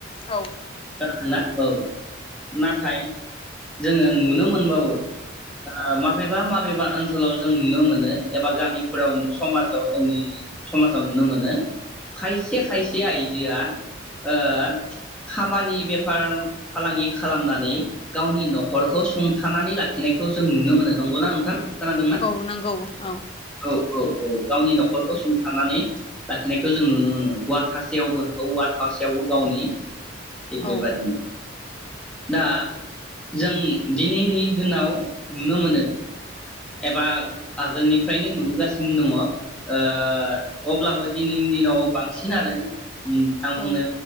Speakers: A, on the left (about 30°); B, in the centre.
A: औ।
B: <unintelligible> औ नाथाय जोङो नुनो मोनबावो दा मा माबेबा माबेबा ओनसोलाव जों नुनो मोनो एबा गामिफोराव समाजाव जोंनि समाजाव नुनो मोनो। खायसे खायसे आइजोआ ओ खामानि बेफार फालांगि खालामनानै गावनि नखरखौ सुंथानानै लाखिनायखौ जों नुनो मोनो। नंगौना नोंथां? खोनादोंना
A: औ नंगौ औ
B: औ औ औ गावनि नखरखौ सुंथानानै लाखिनायखौ जों नुनो मोनो हौवा थासेयावबो हौवा थासेयावबो गावनि थिग बेबादिनो
A: औ
B: दा जों दिनैनि दिनाव नुनो मोनो। एबा आगोलनिफ्रायनो नुबोगासिनो दङ ओ अब्लाबो दिनैनि दिनाव बांसिन आरो ओम आं
A: औ
B: बुंनो